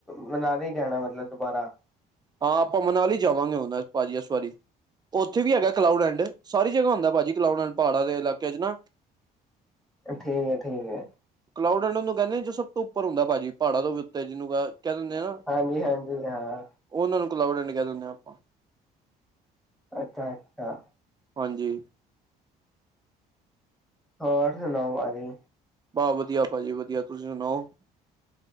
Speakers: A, in the centre; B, on the right.
A: ਮਨਾਲੀ ਜਾਣਾ ਮਤਲਬ, ਦੁਬਾਰਾ?
B: ਹਾਂ, ਆਪਾਂ ਮਨਾਲੀ ਜਾਵਾਂਗੇ, ਹੁਣ ਭਾਜੀ ਇਸ ਵਾਰੀ। ਉੱਥੇ ਵੀ ਹੈਗਾ ਕਲਾਊਡ ਐਂਡ ਸਾਰੀ ਜਗ੍ਹਾ ਹੁੰਦਾ ਪਾਜੀ ਕਲਾਊਡ ਐਂਡ ਪਹਾੜਾ ਦੇ ਇਲਾਕੇ ਚ ਨਾ।
A: ਠੀਕ ਹੈ ਠੀਕ ਹੈ।
B: ਕਲਾਊਡ ਐਂਡ ਉਹਨੂੰ ਕਹਿੰਦੇ ਜੋ ਸਭ ਤੋਂ ਉੱਪਰ ਹੁੰਦਾ ਭਾਜੀ ਪਹਾੜਾਂ ਤੋਂ ਵੀ ਉੱਤੇ ਜਿਹਨੂੰ ਕ ਕਹਿ ਦਿੰਦੇ ਆ ਨਾ
A: ਹਾਂਜੀ-ਹਾਂਜੀ ਹਾਂ,
B: ਉਹਨਾਂ ਨੂੰ ਕਲਾਊਡ ਐਂਡ ਕਹਿ ਦਿੰਦੇ ਹਾਂ ਆਪਾਂ।
A: ਅੱਛਾ, ਅੱਛਾ।
B: ਹਾਂਜੀ।
A: ਹੋਰ ਸੁਣਾਓ ਭਾਜੀ
B: ਬਾਹ ਵਧੀਆ ਭਾਜੀ ਵਧੀਆ। ਤੁਸੀਂ ਸੁਣਾਓ?